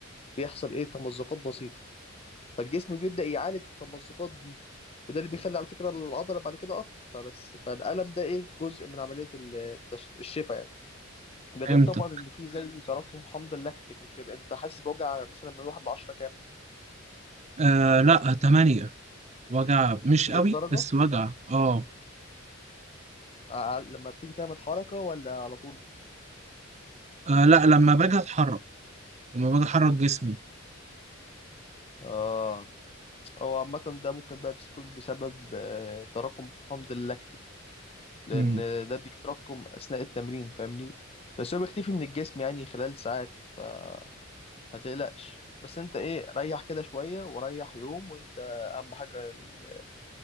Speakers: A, on the left (about 30°); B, on the right (about 35°).
A: بيحصل إيه تمزقات بسيطة فالجسم بيبدأ يعالج التمزقات دي وده اللي بيخلي على فكرة العضلة بعد كده أقوى فبس فالألم ده إيه جزء من عملية التش... الشفاء يعني ده غير
B: امتى
A: طبعا إن في زي تراكم حمض اللاكتيك وكده أنت حاسس بوجع مثلا من واحد لعشرة كام
B: آه لا 8 وجع مش
A: للدرجة
B: قوي بس وجع اه
A: ع- لما بتيجي تعمل حركة ولا على طول؟
B: آه، لا لما باجي اتحرك لما باجي احرك جسمي
A: اه هو عامة ده ممكن بقى بيكون بسبب آه، تراكم حمض اللاكتيك لأن
B: مم.
A: ده بيتراكم أثناء التمرين فاهمني بس هو بيختفي من الجسم يعني خلال ساعات فما تقلقش بس انت ايه ريح كده شوية وريح يوم وانت أهم حاجة ال-